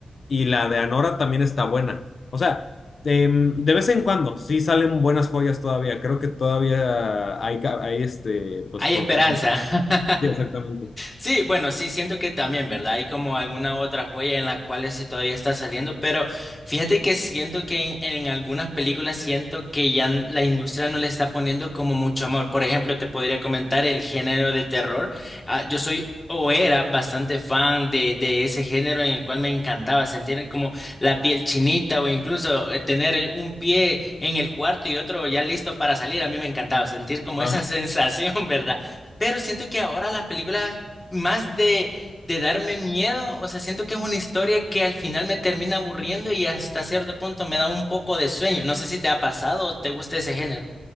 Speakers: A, on the left (about 60°); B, on the left (about 25°).
A: y la de Anora también está buena. O sea, Em, de vez en cuando, sí salen buenas joyas todavía. Creo que todavía hay, ca- hay este, pues
B: hay
A: contenido.
B: esperanza. <laughs>
A: Sí, exactamente.
B: Sí, bueno, sí, siento que también, ¿verdad? Hay como alguna otra joya en la cual sí todavía está saliendo, pero fíjate que siento que en, en algunas películas siento que ya n- la industria no le está poniendo como mucho amor. Por ejemplo, te podría comentar el género de terror. Ah, yo soy o era bastante fan de, de ese género en el cual me encantaba sentir como la piel chinita o incluso eh, tener el- un pie en el cuarto y otro ya listo para salir. A mí me encantaba sentir como
A: Ah.
B: esa sensación, <laughs> ¿verdad? Pero siento que ahora las películas más de, de darme miedo, o sea, siento que es una historia que al final me termina aburriendo y hasta cierto punto me da un poco de sueño. No sé si te ha pasado o te gusta ese género.